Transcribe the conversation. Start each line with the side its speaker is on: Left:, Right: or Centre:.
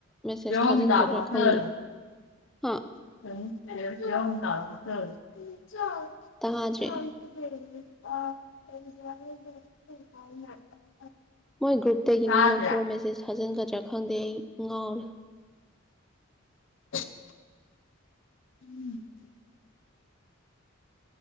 Centre: ꯃꯦꯁꯦꯁ
Left: ꯌꯦꯔꯨꯝ
Centre: ꯊꯖꯥꯟꯗꯣꯏꯔꯥ
Left: ꯃꯆꯥꯗꯣ ꯍꯥꯞꯆꯜꯂꯣ
Centre: ꯈꯪꯗꯦ ꯍꯥ
Left: <unintelligible>
Centre: ꯇꯥꯗ꯭ꯔꯦ
Left: <inaudible>
Centre: ꯃꯣꯏ ꯒ꯭ꯔꯨꯞꯇꯒꯤ
Left: ꯇꯥꯗ꯭ꯔꯥ
Centre: ꯃꯤ ꯂꯧꯊꯣꯛꯑꯒ ꯃꯦꯁꯦꯖ ꯊꯥꯖꯤꯟꯒꯗ꯭ꯔꯥ ꯈꯪꯗꯦ ꯑꯩ ꯉꯥꯎꯔꯦ
Left: <unintelligible>